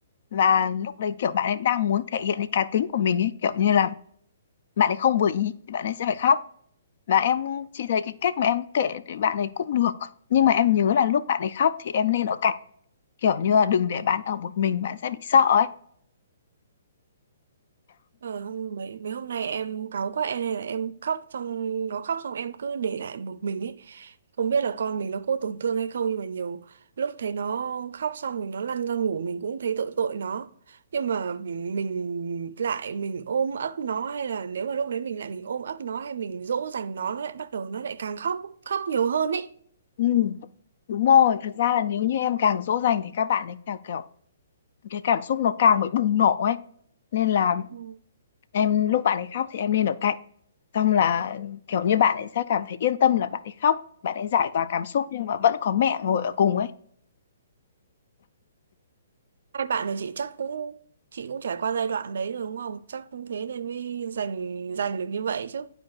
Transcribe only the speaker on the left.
Và lúc đấy kiểu bạn ấy đang muốn thể hiện cái cá tính của mình ấy, kiểu như là bạn ấy không vừa ý thì bạn ấy sẽ phải khóc. Và em chị thấy cái cách mà em kể thì bạn ấy cũng được. Nhưng mà em nhớ là lúc bạn ấy khóc thì em nên ở cạnh, kiểu như là đừng để bạn ở một mình bạn sẽ bị sợ ấy.
Ừ, Đúng rồi, thật ra là nếu như em càng dỗ dành thì các bạn ấy càng kiểu cái cảm xúc nó càng bị bùng nổ ấy. Nên là
em lúc bạn ấy khóc thì em nên ở cạnh. Xong là kiểu như bạn ấy sẽ cảm thấy yên tâm là bạn ấy khóc, bạn ấy giải tỏa cảm xúc nhưng mà vẫn có mẹ ngồi ở cùng ấy.